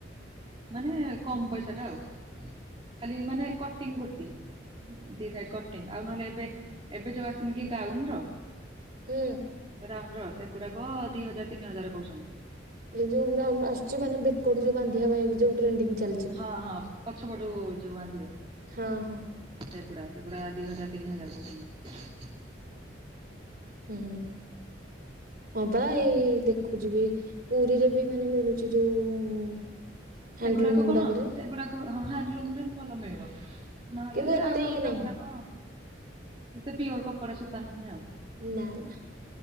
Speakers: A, on the right; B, on the right.
A: ମାନେ କମ
B: ହୁଁ।
A: ପଇସା ଟା ଆଉ ଖାଲି ମାନେ କଟିଂ କୁର୍ତି। ଦି ସାଇଡ କଟିଂ ଆଉ ନହେଲେ ଏବେ ଏବେ ଯୋଉ ଆସିନି କି ଗାଉନ ର।
B: ହୁଁ।
A: ରାଉଣ୍ଡ ର ସେଗୁଡାକ ଦି ହଜାର ତିନି ହଜାର କହୁଛନ୍ତି।
B: ଏଇ ଯୋଉ ଗ୍ରାଉଣ୍ଡ ଆସଛି ମାନେ ବେକଯୋଉ ବାନ୍ଧିବା ପାଇଁ ଯଉ ଟ୍ରେଣ୍ଡିଙ୍ଗ ଚାଲିଛି।
A: ହଁ ହଁ ପଛ ପଟୁକୁ ଏ ଯୋଉ ବାନ୍ଧିବେ
B: ହଁ ହଁ
A: ସେଗୁଡା ସେଗୁଡା ଦି ହଜାର ତିନି ହଜାର କହୁଛନ୍ତି।
B: ହୁଁ ହଁ ବା ଏଇ ଦେଖୁଛିିବ। ପୁରୀରେ ବି ମାନେ ମିଳୁଛି ଯୋଉ। ହ୍ୟାଣ୍ଡଲୁମ
A: ସେଗୁଡାକ କଣ
B: ଗୁଡାକରେ
A: ସେଗୁଡାକ ହଁ ହ୍ୟାଣ୍ଡଲୁମ୍ ରେ ଭଲ ମିଳିବ। ନହେଲେ
B: କିନ୍ତୁ ଏତେ
A: ଆଉ
B: ଇଏ
A: ଅଲଗା
B: ନାହିଁ।
A: ଗୁଡାକ। ସେତେ ପ୍ୟୁଓର କପଡ଼ା ସୁତା ନୁହେଁ ଆଉ।
B: ନା ନା।